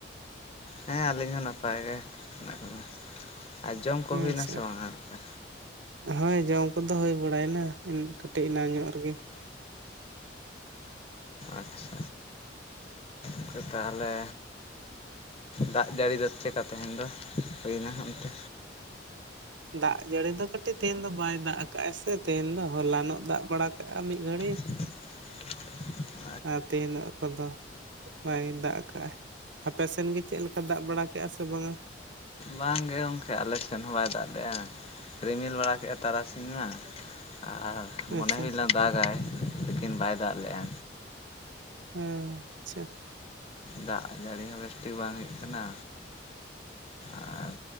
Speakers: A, on the left; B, on the right.
A: ᱦᱮᱸ ᱟᱹᱞᱤᱧ ᱦᱚᱸ ᱱᱟᱯᱟᱭ ᱜᱮ ᱦᱮᱱᱟᱜ ᱞᱤᱧᱟ, ᱟᱨ ᱡᱚᱢ ᱠᱚ ᱦᱩᱭᱱᱟ
B: ᱟᱪᱪᱷᱟ
A: ᱥᱮ ᱵᱟᱝᱟ ᱠᱟ
B: ᱦᱳᱭ ᱡᱚᱢ ᱠᱚᱫᱚ ᱦᱩᱭᱳ ᱵᱟᱲᱟᱭᱮᱱᱟ ᱠᱟᱹᱴᱤᱡ ᱮᱱᱟᱱ ᱧᱚᱜ ᱨᱮᱜᱮ᱾
A: ᱟᱪᱪᱷᱟ <unintelligible> ᱛᱟᱦᱚᱞᱮ ᱫᱟᱜ ᱡᱟᱹᱲᱤ ᱫᱚ ᱪᱮᱜᱠᱟ ᱛᱮᱦᱮᱧ ᱫᱚ ᱦᱩᱭᱱᱟ ᱚᱱᱛᱮ?
B: ᱫᱟᱜ ᱡᱟᱹᱲᱤ ᱫᱚ ᱠᱟᱹᱴᱤᱡ ᱛᱮᱦᱮᱧ ᱫᱚ ᱵᱟᱭ ᱫᱟᱜ ᱟᱠᱟᱜᱼᱟ ᱥᱮ ᱛᱮᱦᱤᱧ ᱫᱚ ᱦᱚᱞᱟᱱᱚᱜ ᱫᱟᱜ ᱵᱟᱲᱟ ᱠᱟᱜᱼᱟ ᱢᱤᱫ ᱜᱷᱟᱹᱲᱤᱡ,
A: <unintelligible>
B: ᱟᱨ ᱛᱤᱦᱤᱧ ᱠᱚᱫᱚ ᱵᱟᱭ ᱫᱟᱜ ᱠᱟᱜ-ᱟᱭ, ᱟᱯᱮ ᱥᱮᱱ ᱜᱮ ᱪᱮᱫ ᱞᱮᱠᱟ ᱫᱟᱜ ᱵᱟᱲᱟ ᱠᱮᱫᱼᱟ ᱥᱮ ᱵᱟᱝᱟ?
A: ᱵᱟᱝ ᱜᱮ ᱜᱚᱢᱠᱮ ᱟᱞᱮ ᱥᱮᱱ ᱦᱚᱸ ᱵᱟᱭ ᱫᱟᱜ ᱞᱮᱫᱼᱟ᱾ ᱨᱤᱢᱤᱞ ᱵᱟᱲᱟ ᱠᱮᱜᱼᱟ ᱛᱟᱨᱟᱥᱤᱧ ᱢᱟ, ᱟᱨ ᱢᱚᱱᱮ
B: ᱟᱪᱪᱷᱟ
A: ᱦᱩᱭ ᱞᱮᱱᱟ ᱫᱟᱜᱟᱭ, ᱞᱮᱠᱤᱱ ᱵᱟᱭ ᱫᱟᱜ ᱞᱮᱜ-ᱟ᱾
B: ᱦᱮᱸ ᱟᱪᱪᱷᱟ᱾
A: ᱫᱟᱜ ᱡᱟᱹᱲᱤ ᱦᱚᱸ ᱵᱮᱥᱴᱷᱤᱠ ᱵᱟᱝ ᱦᱩᱭᱩᱜ ᱠᱟᱱᱟ, ᱟᱨ